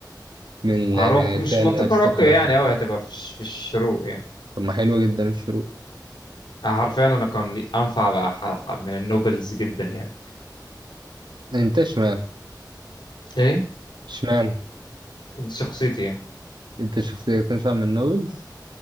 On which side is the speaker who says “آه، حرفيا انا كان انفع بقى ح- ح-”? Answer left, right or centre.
Left